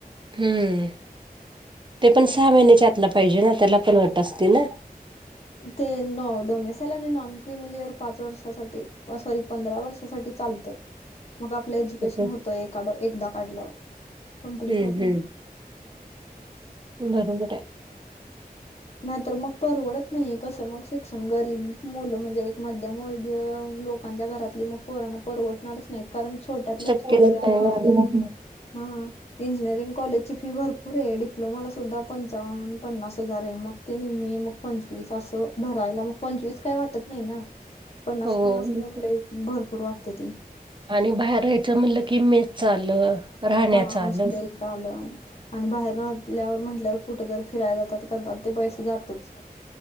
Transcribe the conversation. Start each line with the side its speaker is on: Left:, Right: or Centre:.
Right: हम्म. ते पण सहा महिन्याच्या आतलं पाहिजे ना? त्याला पण अट असते ना?
Left: ते न डोमेसाईल आणि नॉन क्रिमिलिअर पाच वर्षासाठी सॉरी पंधरा वर्षासाठी चालते. मग आपलं एज्युकेशन
Right: हम्म
Left: होत एकदा काढल्यावर कमप्लीट
Right: हम्म
Left: होत.
Right: बरोबर हाय.
Left: नाही तर मग परवडत नाही. कसं मग शिक्षण गरीब मुलं म्हणजे एक मध्यमवर्गीय लोक- लोकांच्या घरातली मग पोराना परवडणारच नाहीत. कारण छोट्यातल्या
Right: शक्यच
Left: छोट्या-
Right: नाही ना
Left: हम. इंजिनिअरिंग कॉलेजची फी भरपूर आहे. डिप्लोमाला सुद्धा पंचावन् पन्नास हजार आहे मग. ते निम्मी मग पंचवीस अस भरायला मग पंचवीस- काही वाटत नाही ना? पन्नास
Right: हो
Left: पन्नास म्हटले भरपूर वाटते ते.
Right: आणि बाहेर राहायचं म्हणलं कि मेसच आलं. राहण्याचं
Left: हां.
Right: आलं
Left: हॉस्टेलच आलं. आणि बाहेर राहिल्यावर म्हटल्यावर कुठे तर फिरायला जातात करतात ते पैसे जातच.